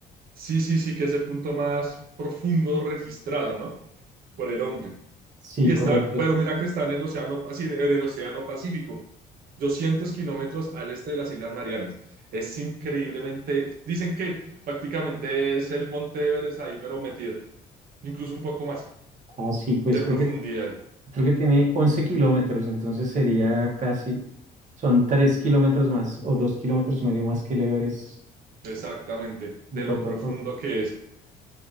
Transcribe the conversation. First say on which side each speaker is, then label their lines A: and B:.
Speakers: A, on the right (about 60°); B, on the right (about 45°).
A: Sí, sí, sí, que es el punto más profundo registrado, ¿no? Por el hombre.
B: Sí,
A: Y está,
B: correcto.
A: pero mira que está en el océano, Paci- en el océano Pacífico, 200 kilómetros al este de las Islas Marianas. Es increíblemente, dicen que prácticamente es el Monte Everest ahí, pero metido, incluso un poco más
B: Ah, sí, pues
A: de
B: creo
A: profundidad,
B: que, creo que tiene 11 kilómetros, entonces sería casi... Son 3 kilómetros más o 2 kilómetros y medio más que el Everest
A: exactamente,
B: en
A: de
B: cuanto
A: lo profundo
B: a... forro.
A: que es.